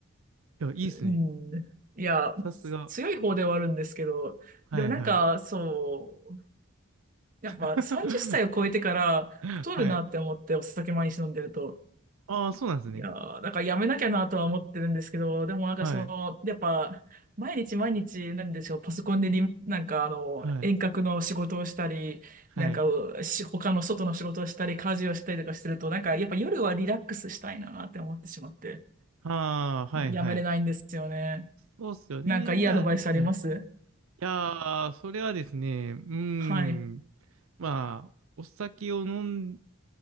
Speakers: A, on the right; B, on the right.
A: いや、いいっすね。
B: うん。いや、
A: さすが。
B: 強い方ではあるんですけど、
A: はいはい。
B: でもなんか、そう、やっぱ30歳を超えてから太るなって思ってお酒毎日飲んでると。
A: <laughs> はい。ああ、そうなんですね。
B: いやー、だからやめなきゃなとは思ってるんですけど、でもなんかその、
A: はい。
B: やっぱ、毎日毎日、なんでしょう、パソコンでリなんかあの、
A: はい。
B: 遠隔の仕事をしたり、
A: はい。
B: なんか、し他の外の仕事をしたり、家事をしたりとかしてると、なんか、やっぱ夜はリラックスしたいなって思ってしまって、
A: ああ、はいはい。
B: やめれないんですよね。
A: そうっすよね。
B: なんかいいアドバイスあります
A: だ、はい。いやー、それはですね、うーん。
B: はい。
A: まあ、お酒を飲ん、